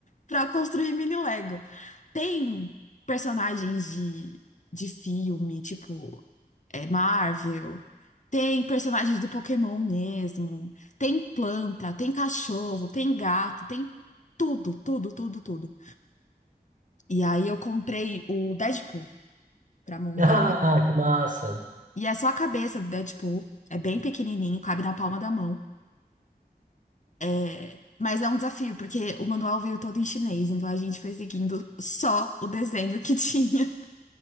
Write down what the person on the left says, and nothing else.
pra construir mini Lego. Tem personagens de, de filme, tipo, é, Marvel. Tem personagens do Pokémon mesmo. Tem planta, tem cachorro, tem gato, tem tudo, tudo, tudo, tudo. E aí eu comprei o Deadpool pra montar.
E é só a cabeça do Deadpool. É bem pequenininho, cabe na palma da mão. É, mas é um desafio, porque o manual veio todo em chinês, então a gente foi seguindo só o desenho que tinha